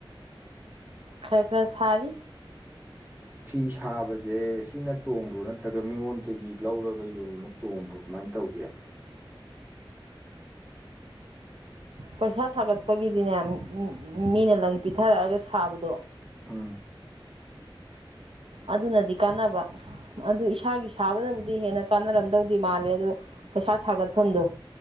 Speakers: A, on the right; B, on the right.
A: ꯈꯔ ꯈꯔ ꯁꯥꯔꯤ
B: ꯐꯤ ꯁꯥꯕꯁꯦ ꯁꯤꯅ ꯇꯣꯡꯕ꯭ꯔꯣ ꯅꯠꯇ꯭ꯔꯒ ꯃꯤꯉꯣꯟꯗꯒꯤ ꯂꯧꯔꯒ ꯌꯣꯟꯕꯅ ꯇꯣꯡꯕ꯭ꯔꯣ ꯀꯃꯥꯏꯅ ꯇꯧꯒꯦ
A: ꯄꯩꯁꯥ ꯁꯥꯒꯠꯄꯒꯤꯗꯤꯅꯦ ꯃꯤꯅ ꯂꯪ ꯄꯤꯊꯔꯛꯑꯒ ꯁꯥꯕꯗꯣ
B: ꯎꯝ
A: ꯑꯗꯨꯅꯗꯤ ꯀꯥꯟꯅꯕ ꯑꯗꯨ ꯏꯁꯥꯒꯤ ꯁꯥꯕꯗꯕꯨꯗꯤ ꯍꯦꯟꯅ ꯀꯥꯟꯅꯔꯝꯗꯧꯗꯤ ꯃꯥꯜꯂꯦ ꯑꯗꯨ ꯄꯩꯁꯥ ꯁꯥꯒꯠꯐꯝꯗꯣ